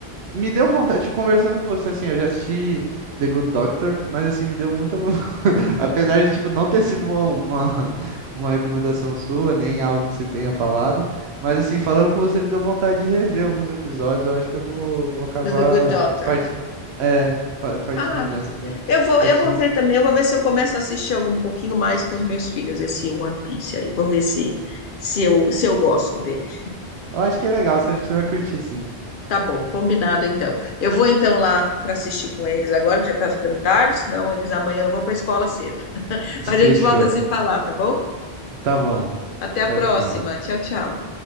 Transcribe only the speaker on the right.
me deu vontade, conversando com você, assim, eu já assisti The Good Doctor, mas assim, me deu muita von- <laughs> apesar de, tipo, não ter sido uma, uma, <laughs> uma recomendação sua, nem algo que você tenha falado, mas assim, falando com você, me deu vontade de rever alguns episódios, eu acho que eu vou, vou acabar
parti- é, pa- partindo
nessa pra,
pra
assistir
um...
Eu acho que é legal, eu acho que você vai curtir, sim.
<laughs> Fechou.
Tá bom.
Tchau,
tchau.